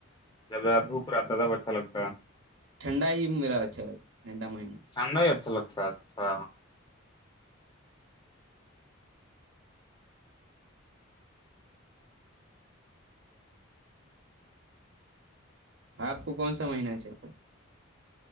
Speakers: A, on the left; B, on the right.
A: جب زیادہ دھوپ رہتا ہے تب اچھا لگتا ہے
B: ٹنھڈا ہی میرا اچھا لگتا ٹھنڈا مہینہ
A: ٹھنڈا ہی اچھا لگتا اچھا
B: آپ کو کون سا مہینہ اچھل لگ